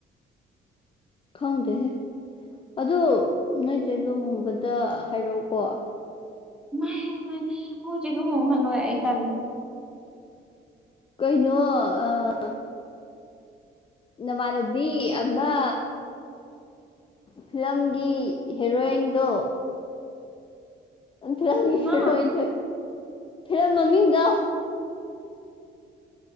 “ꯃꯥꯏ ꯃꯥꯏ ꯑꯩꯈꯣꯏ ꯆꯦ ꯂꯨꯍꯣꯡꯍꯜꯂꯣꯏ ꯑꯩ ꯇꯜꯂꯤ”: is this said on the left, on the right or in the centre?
Centre